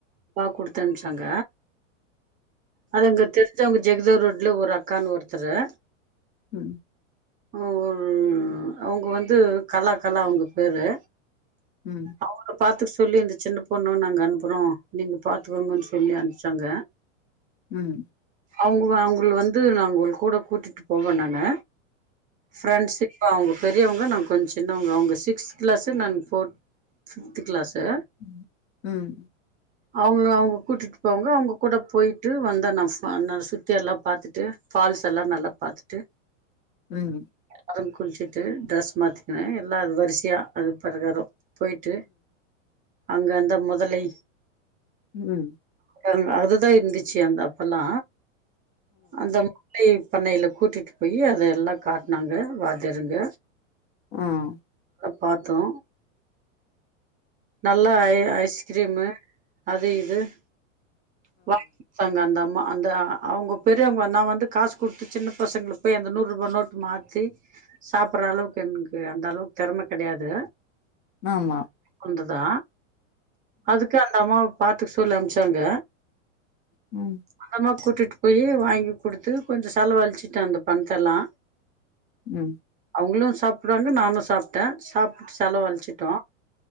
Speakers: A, on the right; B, on the left.
A: அப்பா குடுத்தம்ச்சாங்க அதுங்க தெரி ஞ்சாங்க ஜெகஜரோட்ல ஒரு அக்கான்னு ஒருத்தரு
B: ம்
A: ஒ அவுங்க வந்து கலா கலா அவுங்க பேரு
B: ம்
A: அவுங்கள பாத்துக்க சொல்லி இந்த சின்ன பொண்ணு நாங்க அனுப்புறோ நீங்க பாத்துக்கோங்கன்னு சொல்லி அம்ச்சாங்க
B: ம்
A: அவுங்க அவுங்கள வந்து நாங்க கூட கூட்டிட்டு போவே நாங்க ஃப்ரெண்ட்ஸி இப்ப அவுங்க பெரியவங்க நா கொஞ்ச சின்னவங்க அவுங்க சிக்ஸ்த்து க்ளாசு நா ஃபோர் ஃபிப்து க்ளாசு
B: ம் ம்
A: அவுங்க அவுங்க கூட்டிட்டு போவாங்க அவுங்க கூட போய்ட்டு வந்தே நா ஃபா நா சுத்தியெல்லா பாத்துட்டு ஃபால்ஸ் எல்லா நல்ல பாத்துட்டு
B: ம்
A: <unintelligible> குளிச்சுட்டு ட்ரெஸ்ஸு மாத்திக்கினே எல்லா அது வரிசையா அது பரகாரம் போய்ட்டு அங்க அந்த மொதலை
B: ம்
A: அந் அதுதா இருந்துச்சு அந்த அப்பல்லா அந்த லை பண்ணைய்ல கூட்டிட்டு போய் அத எல்லா காட்னாங்க வாத்தியாருங்க
B: ம்
A: போய் பாத்தோ நல்லா ஐ ஐஸ்கிரீமு அது இது <inaudible> <unintelligible> அந்த அம்மா அந்த அவுங்க பெரியவங்க நா வந்து காசு குடுத்து சின்ன பசங்கள போய் அந்த நூறுபா நோட்டு மாத் தி சாப்புற அளவுக்கு எனக்கு அந்த அளவுக்கு தெறம கெடையாது
B: ஆமா
A: உந்துதா அதுக்கு அந்த அம்மாவ பாத்துக்க சொல்லி அம்ச்சாங்க
B: ம்
A: அந்தம்மா கூட்டிட்டு போயி வாங்கி குடுத்து கொஞ்சோ செலவழிச்சுட்டே அந்த பணத்தெல்லா
B: ம்
A: அவுங்களு சாப்புடுவாங்க நானு சாப்ட்டே சாப் செலவுளிச்சுட்டோ